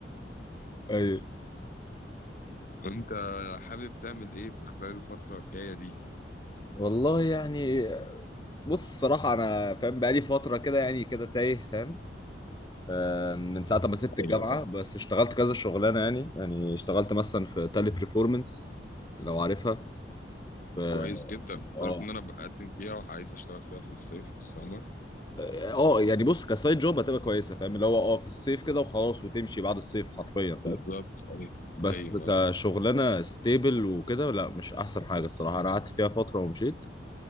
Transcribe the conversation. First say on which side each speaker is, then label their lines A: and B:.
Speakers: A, on the left; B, on the left.
A: ايوه
B: أنت حابب تعمل إيه في خلال الفترة الجاية دي؟
A: والله يعني بص الصراحه انا فاهم بقالي فتره كده يعني كده تايه فاهم آه، من ساعة ما سبت الجامعة
B: ايوه
A: بس اشتغلت كذا شغلانة يعني يعني اشتغلت مثلا في تالي بريفورمانس لو عارفها في
B: كويس جدا
A: اه
B: تعرف ان انا بقدم فيها وعايز اشتغل فيها في الصيف في السمر
A: اه آه، يعني بص كسايد جوب هتبقى كويسة فاهم اللي هو اه في الصيف كده وخلاص وتمشي بعد الصيف حرفيا فاهم
B: بالظبط ايوه
A: بس
B: ايوه
A: كشغلانة
B: ايوه
A: ستيبل وكده لا مش أحسن حاجة الصراحة أنا قعدت فيها فترة ومشيت